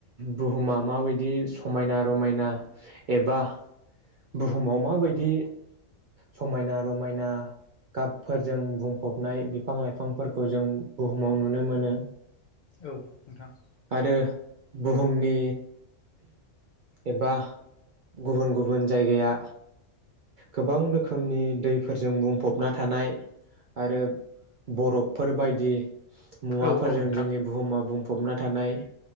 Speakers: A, on the right (about 60°); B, on the left (about 75°).
A: बुहुमा माबायदि समायना रमायना एबा बुहुमाव माबायदि समायना रमायना गाबफोरजों बुंफबनाय बिफां लाइफांफोरखौ जों बुहुमाव नुनो मोनो
B: औ नोंथां
A: आरो बुहुमनि एबा गुबुन गुबुन जायगाया गोबां रोखोमनि दैफोरजों बुंफबना थानाय आरो बरफफोरबायदि मुवाफोरजों
B: औ औ नोंथां
A: जोंनि बुहुमा बुं हम। थानाय